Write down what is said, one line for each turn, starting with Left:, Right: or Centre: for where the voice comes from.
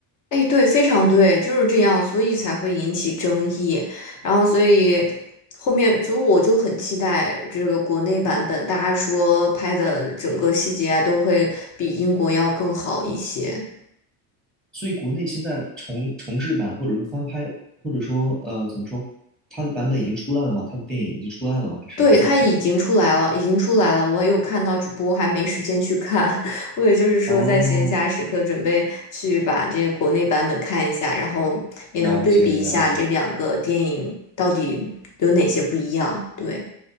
Left: 哎，对，非常对，就是这样，所以才会引起争议。然后，所以后面，所以我就很期待这个国内版本，大家说拍的整个细节啊，都会比英国要更好一些。
Centre: 所以国内现在重重制版或者说翻拍，或者说呃怎么说，它的版本已经出来了吗？它的电影已经出来了吗？还是还在拍？
Left: 对，它已经出来了，已经出来了，我有看到直播，还没时间去看。<laughs> 我也就是说，
Centre: 哦，
Left: 在闲暇时刻准备去把这个国内版本看一下，然后也能对比一下这两个电影到底有哪些不一样。
Centre: 了解了解，
Left: 对，